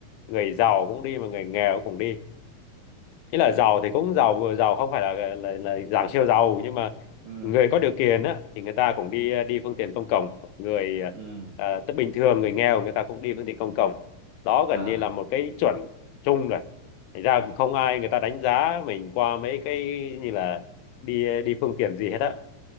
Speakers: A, on the left; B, on the right.
A: người giàu cũng đi mà người nghèo cũng đi ý là giàu thì cũng giàu giàu không phải là là, là dạng siêu giàu nhưng mà
B: ừ
A: người có điều kiện á thì người ta cũng đi đi phương tiện công cộng người
B: ừ
A: à, tức bình thường người nghèo người ta cũng đi phương tiện công cộng đó
B: à
A: gần như là một cái chuẩn chung rồi Thành ra cũng không ai người ta đánh giá mình qua mấy cái như là đi đi phương tiện gì hết á